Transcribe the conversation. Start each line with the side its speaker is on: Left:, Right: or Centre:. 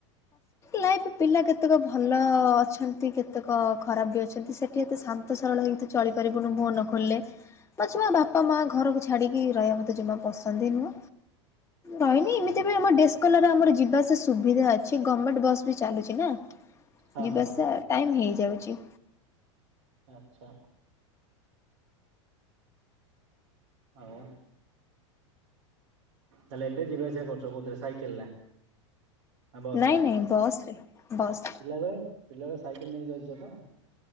Left: ଲାଇଫ ପିଲା କେତେକ ଭଲ ଅଛନ୍ତି କେତେକ ଖରାପ ବି ଅଛନ୍ତି ସେଠି ଏତେ ଶାନ୍ତି ଏତେ ସରଳ ହେଇକି ତୁ ଚଳିପାରିବୁନୁ ମୁହ ନ ଖୋଲିଲେ। ତା ଛଡ଼ା ବାପା ମା ଘରକୁ ଛାଡିକି ରହିବ ମତେ ଜମା ପସନ୍ଦ ହି ନୁହଁ ରହନି।
Right: ଆଚ୍ଛା
Left: ତେବେ ଆମ ଡେସ୍କୋଲାର ଆମର ଯିବାସ ସୁବିଧା ଅଛି। ଗମେଣ୍ଟ ବସ୍ ବି ଚାଲୁଚି ନା।
Right: ହଁ
Left: ଯିବାସବା
Right: ହଁ ହଁ।
Left: ଟାଇମ ହେଇଯାଉଚି।
Right: ଆଛା। ଆଉ ତାଲେ ଏବେ ଯିବା ଆସିବା କରୁଚ କଉଥିରେ ସାଇକେଲରେ? ହ ବସ
Left: ନାଇଁ
Right: ରେ।
Left: ନାଇଁ ବସ୍ ରେ ବସ୍
Right: ପିଲାବେେଳେ ପିଲାବେଳେ ସାଇକେଲ ନେଇକି ଯାଇଚ ତ?